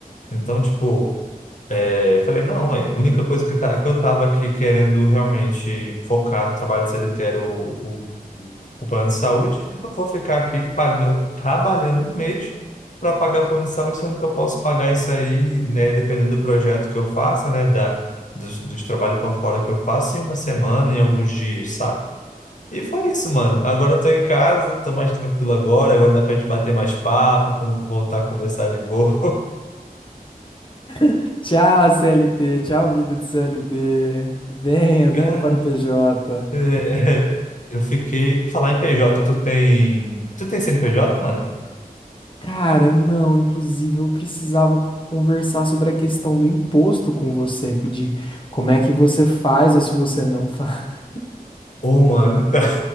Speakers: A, on the left (about 55°); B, on the left (about 35°).
A: Então, tipo, eh, eu falei, não, é, a única coisa que, tá, que eu tava aqui querendo realmente focar no trabalho de CLT era o, o o plano de saúde e não vou ficar aqui pagando, trabalhando um mês para pagar plano de saúde, sendo que eu posso pagar isso aí, né, dependendo do projeto que eu faça, né, da, dos, dos trabalhos por fora que eu faço, em uma semana, em alguns dias, sabe? E foi isso, mano. Agora eu tô em casa, tô mais tranquilo agora, agora dá pra gente bater mais papo, com- voltar a conversar de boa.
B: <laughs> Tchau, CLT. Tchau, vida de CLT. Venha,
A: <laughs>
B: venha
A: Cara,
B: para o PJ.
A: é, eu fiquei... Falar em PJ, tu tem... Tu tem CNPJ, mano?
B: Cara, não, inclusive eu precisava co- conversar sobre a questão do imposto com você, de como é que você faz ou se você não faz.
A: Ô, mano, então...